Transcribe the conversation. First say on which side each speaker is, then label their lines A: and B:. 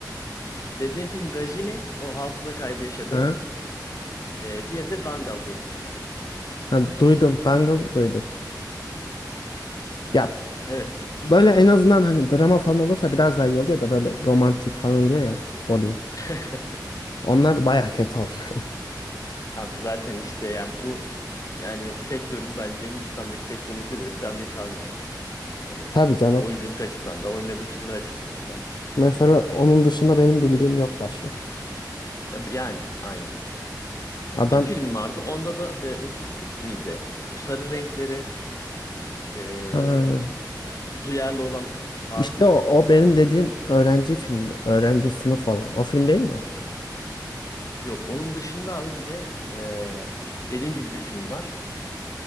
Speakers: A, on the left; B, on the left.
A: Dediğim film Gajini, o hafıza kaybı yaşadı.
B: Hı?
A: Ee, diğeri de Dangal diye bir film abi.
B: Hani duydum, Dangle duydum. Ya
A: Evet.
B: böyle en azından hani drama falan olursa biraz daha iyi oluyor da böyle romantik falan oluyor ya Bollywood.
A: <laughs>
B: Onlar bayağı kötü oluyor.
A: Abi zaten işte yani bu yani sektörün bence Hindistan'daki sektörün zirvesi Amerikan yani. Hani
B: <laughs> Tabii canım.
A: oyunculuk açısından da oynadığı filmler açısından da.
B: Mesela onun dışında benim bildiğim yok başka.
A: Ya- Yani aynen.
B: Adam
A: Bir film vardı. Onda da e, otistik miydi? Bu sarı renkleri e,
B: ha,
A: duyarlı olan bazı
B: işte o, o benim dediğim öğrenci filmi. Öğrenci sınıf olan. O film değil mi o?
A: yok. Onun dışında abi bir de e, dediğim gibi bir film var.